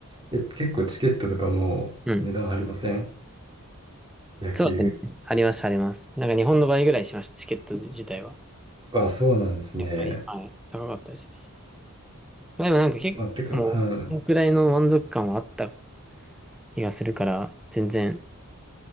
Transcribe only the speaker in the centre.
うん
そうですね。あります、あります。なんか日本の倍ぐらいしました、チケット自体は。
やっぱり、はい、高かったですね。まあ、でもなんか結構、
もう、
このくらいの満足感はあった気がするから、全然